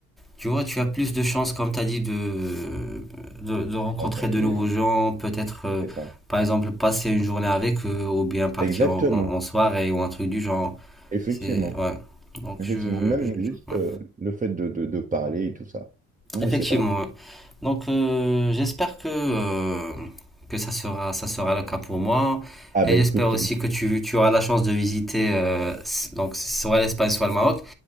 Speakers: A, in the centre; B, on the right (about 20°).
A: tu vois, tu as plus de chances, comme t'as dit, de, de, de rencontrer
B: rencontrer
A: de
B: des
A: nouveaux
B: gens,
A: gens, peut-être, euh,
B: c'est ça.
A: par exemple, passer une journée avec eux, ou bien partir
B: Exactement,
A: en, en en soirée, ou un truc du genre.
B: effectivement,
A: C'est ouais. Donc
B: effectivement,
A: je,
B: même
A: je-
B: juste
A: ouais.
B: euh, le fait de, de, de parler et tout ça. Non,
A: Effectivement.
B: mais c'est ça.
A: ouais. Donc euh, j'espère que euh, que ça sera ça sera le cas pour moi
B: Ah,
A: et
B: bah
A: j'espère
B: écoute,
A: aussi
B: euh,
A: que tu tu auras la chance de visiter euh, s- donc soit l'Espagne soit le Maroc.